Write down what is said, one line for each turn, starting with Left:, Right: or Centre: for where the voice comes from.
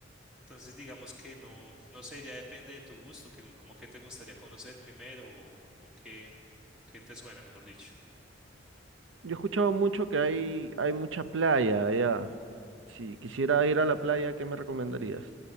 Centre: Entonces, digamos que no, no sé, ya depende de tu gusto, que, como que te gustaría conocer primero o, o qué, o qué te suena, mejor dicho.
Right: Yo he escuchado mucho que hay, hay mucha playa allá. Si quisiera ir a la playa, ¿qué me recomendarías?